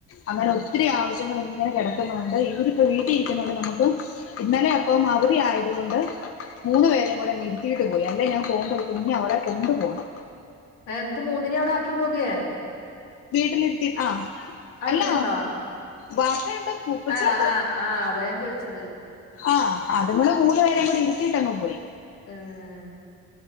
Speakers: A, on the left; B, on the left.
A: അങ്ങനൊ
B: ഉം
A: ത്തിരി ആവശ്യങ്ങൾ ങ്ങനെ കെടക്കുന്നുണ്ട് ഇവരിപ്പോ വീട്ടി ഇരിക്കുന്നോണ്ട് നമക്ക്. ഇന്നലെ അപ്പം അവധി ആയത് കൊണ്ട് മൂന്ന് പേരെയും കൂടെ നിരുത്തിട്ട് പോയി അല്ലേ ഞാ പോവുമ്പോ- കുഞ്ഞവളെ കൊണ്ടു പോണം.
B: എ ന്നട്ട് മൂന്നിനെ അവിടെ ആക്കി പോകെ.
A: വീട്ടിലിര്ത്തി ആ
B: അടങ്ങിന്നോ
A: അല്ല വാപ്പയുണ്ട് ഉപ്പച്ചിയുണ്ട്.
B: ആഹ് ആഹ് ആഹ് അതാ ഞാ ചോയ്ച്ചത്.
A: ആഹ് അത്ങ്ങൾ മൂന്നു പേരേം കൂടി ഇരുത്തീട്ടങ്ങ് പോയി.
B: ഉം.